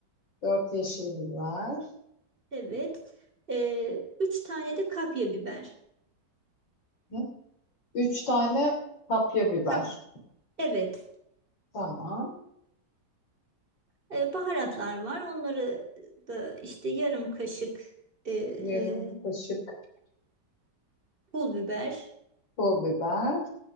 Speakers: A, on the left; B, on the right.
A: 4 yeşil biber,
B: Evet. Ee, 3 tane de kapya biber.
A: hı, üç tane kapya biber.
B: Ka- evet
A: Tamam.
B: Ee, baharatlar var. Onları da işte yarım kaşık ee,
A: Yarım
B: ee,
A: kaşık
B: pul biber.
A: pul biber.